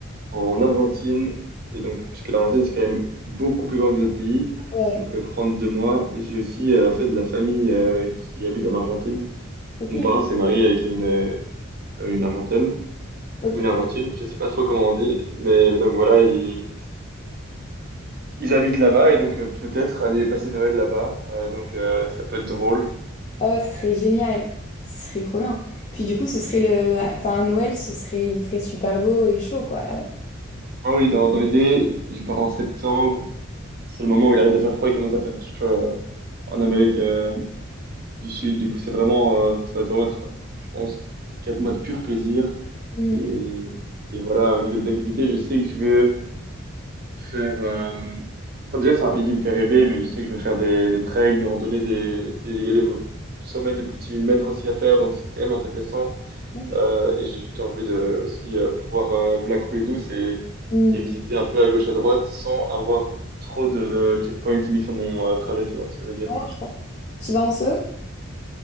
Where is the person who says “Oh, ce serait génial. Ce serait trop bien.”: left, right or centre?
Left